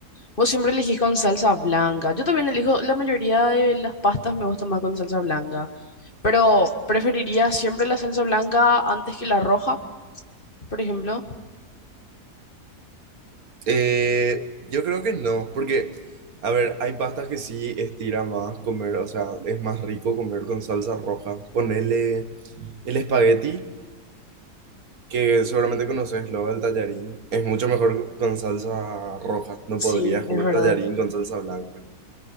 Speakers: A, on the left; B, on the right.
A: Vos siempre elegís con salsa blanca. Yo también elijo, la mayoría de las pastas me gustan más con salsa blanca, pero preferiría siempre la salsa blanca antes que la roja, por ejemplo.
B: Eh, yo creo que no, porque, a ver, hay pastas que sí estira más comer, o sea, es más rico comer con salsa roja. Ponele... El espagueti, que seguramente conoces, luego el tallarín, es mucho mejor con salsa roja. No
A: Sí,
B: podrías comer
A: es verdad.
B: tallarín con salsa blanca.